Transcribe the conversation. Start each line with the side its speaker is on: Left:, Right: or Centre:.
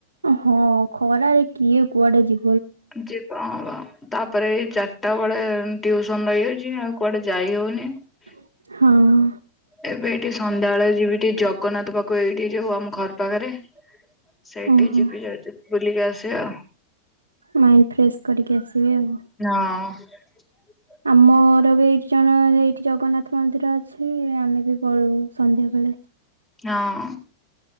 Right: ହଁ, ଖରାରେ କିଏ, କୁଆଡେ ଯି
Left: ଯତ ହଉ <inaudible> ତାପରେ, ଏଇ ଚାରିଟା ବେଳେ ଟିଉସନ ରହିଯାଉଛି, ଆଉ କୁଆଡେ ଯାଇ ହଉନି ।
Right: ହଁ,
Left: ଏବେ, ଏଠି ସନ୍ଧ୍ୟାଳ ଯିବି ଟିକେ ଜଗ ଲୋକନାଥ ପାଖକୁ, ଏଇଠି ଯୋଉ ଆମ ଘର ପାଖରେ ସେଇଠି
Right: ଓହୋ
Left: ଯିବି ଯାଉଛି । ବୁଲିକି ଆସିବ।
Right: ମାଇଣ୍ଡ ଫ୍ରେଶ କରିକି ଆସିବେ ଆଉ।
Left: ହଁ।
Right: ଆମର ବି ଏଇଠି ଜଣ ଏଇଠି ଜଗନ୍ନାଥ ମନ୍ଦିର ଅଛି ଆମେ ବି ପଳଉ ସନ୍ଧ୍ୟା ବେଳେ।
Left: ହଁ।